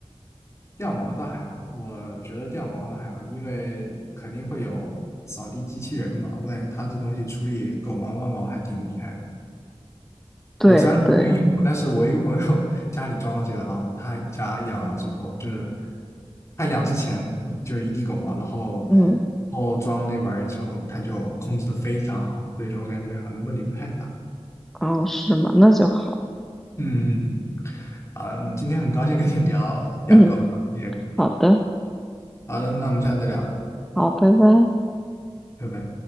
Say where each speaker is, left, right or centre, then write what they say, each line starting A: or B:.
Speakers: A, on the left; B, in the centre.
A: 掉毛倒还好，我觉得掉毛倒还好，因为肯定会有扫地机器人嘛，我感觉他这东西处理狗毛、猫毛还挺厉害的。
B: 对对，
A: 我虽然没有用过，但是我一个朋友家里装了这个，然后他家养了之后，就是他养之前就是一地狗嘛，然后
B: 嗯，
A: 然后装了那玩意儿之后，他就控制的非常好，所以说我感觉好像问题不太大。
B: 哦，是吗？那就好，
A: 嗯，啊，今天很高兴跟你聊养狗这些。
B: 嗯，好的，
A: 好的，那我们下次再聊，
B: 好，拜拜。
A: 拜拜。